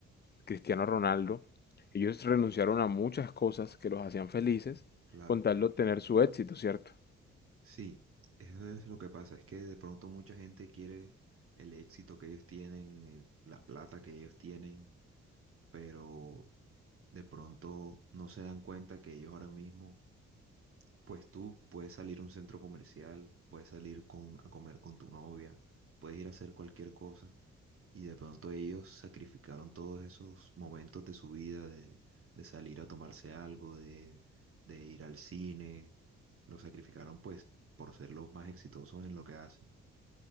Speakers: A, on the left (about 35°); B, on the right (about 45°).
A: Cristiano Ronaldo, ellos renunciaron a muchas cosas que los hacían felices
B: Claro.
A: con tal de obtener su éxito, ¿cierto?
B: Sí, eso es lo que pasa, es que de pronto mucha gente quiere el éxito que ellos tienen, eh, la plata que ellos tienen, pero de pronto no se dan cuenta que ellos ahora mismo, pues tú puedes salir a un centro comercial, puedes salir con- a comer con tu novia, puedes ir a hacer cualquier cosa Y de pronto ellos sacrificaron todos esos momentos de su vida, de, de salir a tomarse algo, de, de ir al cine. Lo sacrificaron pues por ser los más exitosos en lo que hacen.